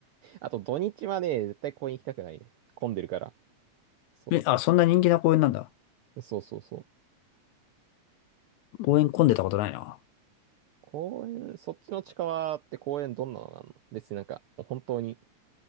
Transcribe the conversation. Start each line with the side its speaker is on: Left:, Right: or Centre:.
Right: あと土日はね、絶対公園行きたくないね。混んでるから。そ
Left: え、あ、そんな人気な公園なんだ。
Right: う。そうそうそう。
Left: 公園混んでたことないな。
Right: 公園、そっちの近場って公園どんなのがあるの別になんか、本当に